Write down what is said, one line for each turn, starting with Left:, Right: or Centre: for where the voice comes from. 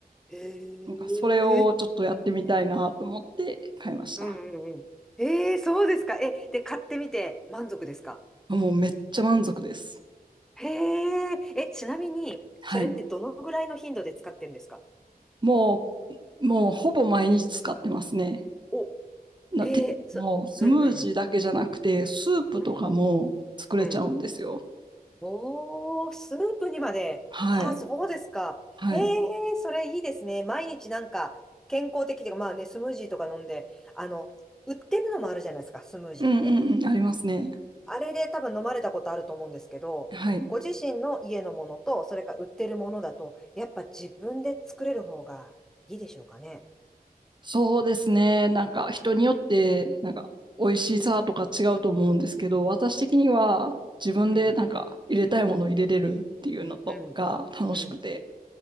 Centre: ええ
Right: なんかそれをちょっとやってみたいなと思って買いました。
Centre: うんうんうん。ええそうですか。え、で、買ってみて満足ですか
Right: もうめっちゃ満足です。
Centre: へえ、え、ちなみに、
Right: はい。
Centre: それってどのぐらいの頻度で使ってるんですか
Right: もう、もうほぼ毎日使ってますね。
Centre: お、
Right: な、
Centre: ええそ、
Right: て、もうスムージーだけじゃなくて、
Centre: うんうん
Right: スープとかも作れちゃうんですよ。
Centre: うん、うん、うん。おー、スープにまで。
Right: はい。
Centre: ああ、そうですか。
Right: はい。
Centre: ええそれいいですね。毎日なんか、健康的で、まあね、スムージーとか飲んで、あの、売ってるのもあるじゃないですか、スムージーって。
Right: うんうんうん、ありますね。
Centre: あれで多分飲まれたことあると思うんですけど、
Right: はい。
Centre: ご自身の家のものと、それから売ってるものだと、やっぱ自分で作れる方がいいでしょうかね。
Right: そうですね。なんか人によって、なんか美味しさとか違うと思うんですけど、私的には自分でなんか入れたいものを入れれるっていうのとか楽しくて
Centre: うん、うん、うん、